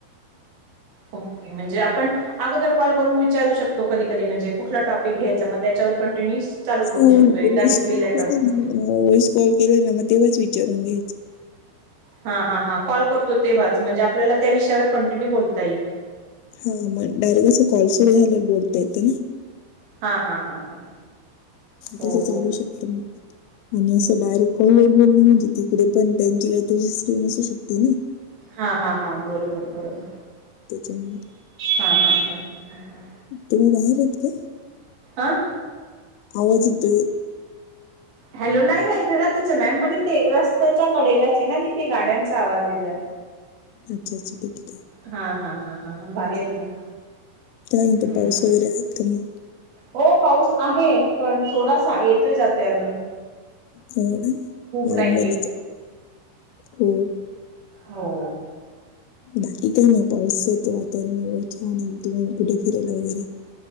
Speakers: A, on the right (about 50°); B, on the left (about 85°).
A: ओके म्हणजे आपण अगोदर कॉल करून, विचारू शकतो कधीकधी, म्हणजे कुठला टॉपिक घ्यायचा, मग त्याच्यावर कंटिन्यूअस चालू करू
B: व्हॉइस
A: शकतो, एकदा घेतलेल्या
B: कॉल
A: टॉपीक
B: केला व्हॉइस कॉल केला ना, मग तेव्हाच विचारून घ्यायचं.
A: हा, हा, हा, कॉल करतो तेव्हाच, म्हणजे आपल्याला त्या विषयावर कंटिन्यू बोलता येईल.
B: हा मग डायरेक्ट असं, कॉल सुरू झाल्यावर बोलता येतं ना.
A: हा, हा, हा, हा. हो
B: तसं
A: हो
B: चालू शकतं, मग. आणि असं डायरेक्ट कॉल वर बोललं म्हणजे, तिकडे पण त्यांची काहीतरी सिस्टीम असू शकते ना?
A: हा, हा, हा, बरोबर-बरोबर.
B: त्याच्यामुळे.
A: हा, हा, हा, हा, हा, हा.
B: तुम्ही बाहेर आहेत का.
A: आं.
B: आवाज येतोय.
A: हॅलो नाही नाही घरातच आहे मॅम पण इथे रस्त्याच्या कडेलाच आहे ना तिथे गाड्यांचा आवाज आहे जरा.
B: अच्छा-अच्छा, ठीक-ठीक आहे..
A: हा.. हा.. हा. हा, बाहेर नाही.
B: काय म्हणतो
A: हम्म्..
B: पाऊस वगैरे आहेत का मग
A: हो, पाऊस आहे. पण थोडासा येतोय-जातो अधून
B: हो, ना? नाॅर्मलच
A: नाहीये
B: आहे, हो.
A: हो.
B: बाकी काही नाही. पाऊस येतो, वातावरण एवढं छान आहे. आणि तुम्ही कुठे फिरायला वगैरे